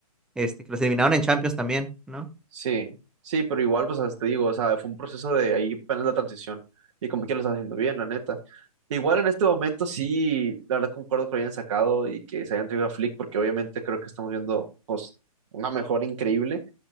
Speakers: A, in the centre; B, on the right (about 50°).
A: Este, que los eliminaron en Champions también, ¿no?
B: Sí, sí, pero igual, pues hasta te digo, o sea, fue un proceso de ahí apenas la transición y como que lo está haciendo bien, la neta. Igual en este momento sí, la verdad concuerdo que lo hayan sacado y que se hayan traído a Flick, porque obviamente creo que estamos viendo pues, una mejora increíble.